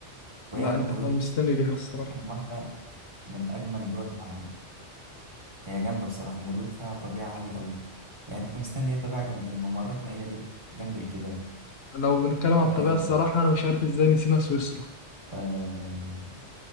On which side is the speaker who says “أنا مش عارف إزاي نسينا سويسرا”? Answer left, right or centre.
Left